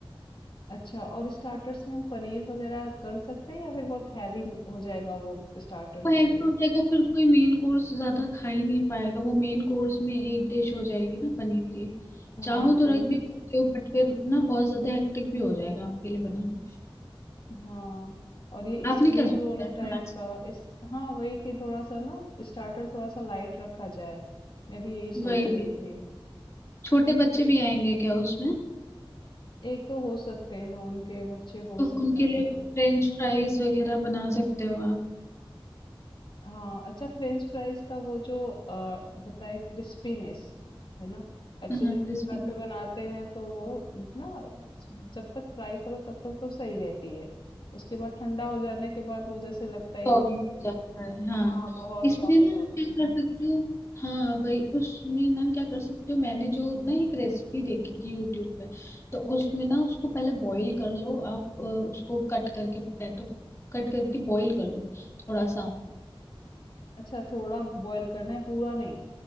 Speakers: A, on the left; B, on the left.
A: अच्छा और स्टार्टर्स में हम पनीर वगैरह कर सकते हैं या फिर बहुत हैवी हो जाएगा वो स्टार्टर
B: वो हैवी
A: के लिए
B: हो जाएगा फिर कोई मेन कोर्स ज्यादा खा ही नहीं पाएगा वो मेन कोर्स में एक डिश हो जाएगी ना पनीर की
A: हाँ
B: चाहो तो
A: तो ये
B: रख भी सकते हो बट फिर ना बहुत ज्यादा हेक्टिक भी हो जाएगा आपके लिए बनाना
A: हाँ और ये
B: आपने
A: स्प्रिंग
B: क्या सोचा
A: रोल
B: है स्नैक्स
A: टाइप का इस हाँ वही कि थोड़ा सा ना स्टार्टर थोड़ा सा लाइट रखा जाए मैं भी यही सोच
B: वही
A: रही
B: भी
A: थी
B: छोटे बच्चे भी आएंगे क्या उसमें
A: 1 तो हो सकते हैं, उनके बच्चे हो
B: तो
A: सकते
B: उनके
A: हैं
B: लिए
A: 1-2।
B: फ्रेंच फ्राइज वगैरह बना सकते हो आप
A: हाँ, अच्छा फ्रेंच फ्राइज़ का वो जो अ, होता है क्रिस्पीनेस, है ना? एक्चुअली
B: हाँ क्रिस्पी
A: हम घर पे बनाते हैं तो वो ना जब तक फ्राई करो तब तक तो सही रहती है। उसके बाद ठंडा हो जाने के बाद वो जैसे लगता ही
B: सॉगी
A: नहीं
B: हो
A: है कि
B: जाता है हाँ
A: हाँ, बहुत
B: इसमें
A: सॉफ्ट-सॉफ्ट।
B: ना क्या कर सकते हो हाँ वही उसमें ना क्या कर सकते हो मैंने जो ना एक रेसिपी देखी थी यूट्यूब पे तो उसमें ना उसको पहले बॉईल कर लो आप अ, उसको कट करके पोटैटो को कट करके बॉईल कर लो थोड़ा सा
A: अच्छा थोड़ा बॉयल करना है, पूरा नहीं।